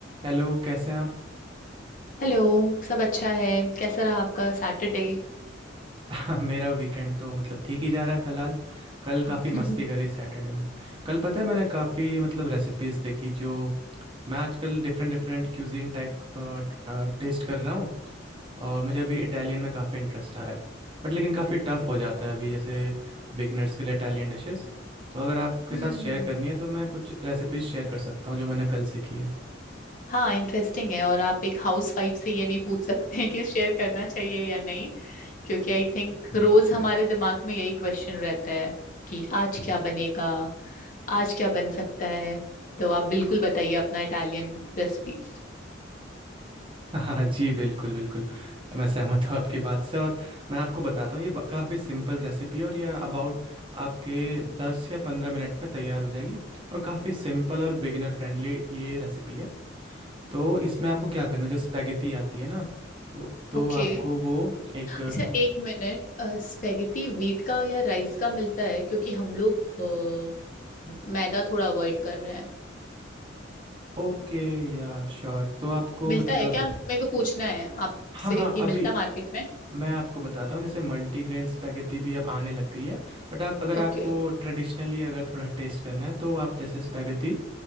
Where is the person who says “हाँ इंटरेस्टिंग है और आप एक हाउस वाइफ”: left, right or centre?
Left